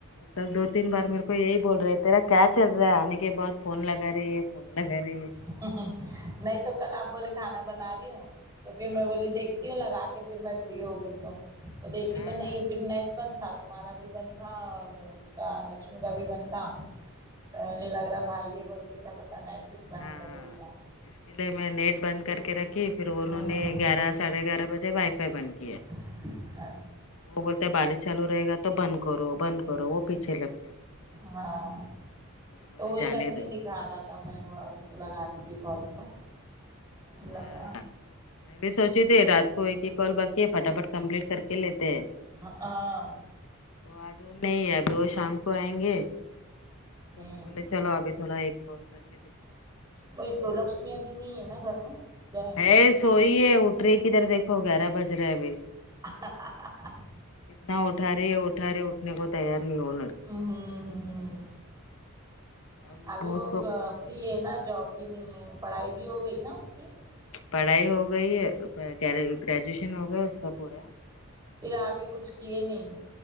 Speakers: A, on the left (about 70°); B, on the right (about 15°).
A: کل دو تین بار میرے کو یہی بول رہے تھے کیا چل رہا ہے آنے کے بعد فون لگا رہی ہے فون لگا رہی ہے
B: ہ ہ نہیں تو کل آپ بولے کھانا بنا رہی ہوں تو فر میں بولی دیکھتی ہوں لگا کے فر میں فری ہو گئی تو تو دیکھی
A: ہاں
B: تو نہیں فر نیٹ بند تھا تمہارا بھی بند تھا اور اس کا لکشمی کا بھی بند تھا پہلے لگ رہا بھائی یہ بول کے کیا پتہ نیٹ وٹ بند
A: ہاں
B: کر ے کیا
A: اس کے لیے میں نیٹ بند کر کے رکھی پھر انہوں
B: ہوں
A: نے گیارہ ساڑھے گیارہ بجے وائی فائی بند کیا
B: <inaudible>
A: وہ بولتے ہیں بارش چالو رہے گا تو بند کرو بند کرو وہ پیچھے لگ
B: ہاں
A: بولے
B: تو وہی
A: جانے
B: بندی
A: دو
B: دکھا رہا تھا میں وہ لگا ری تھی کال کو جی
A: ہاں
B: لگ رہا
A: میں بھی سوچی تھی رات کو ایک ہی کال باقی پٹافٹ کمپلیٹ کر کے لیتے ہیں
B: ہاں
A: تو آج وہ نہیں ہے ابھی وہ شام کو آئیں گے تو
B: ہوں
A: میں بولے چلو ابھی تھوڑا ایک کال کر کے
B: وہی تو لکشمی ابھی نہیں ہے نا گھر میں گئے
A: ہے سوئی ہے اٹھ رہی ہے کدھر دیکھو گیارہ بج رہے ابھی
B: ہا ہا ہا
A: اتنا اٹھارہی ہے اٹھا رہی اٹھنے کو تیار نہیں ہو وہ لڑکی
B: ہوں ہوں ہو ں
A: اب
B: ابھی وہ
A: اس کو
B: ا فری ہے نا جاب بھی نہیں ہے پڑھائی بھی ہو گئی نا اس کی
A: پڑھائی ہو گئی ہے گرے گریجویشن ہو گیا اس کا پورا
B: پھر آگے کچھ کیے نہیں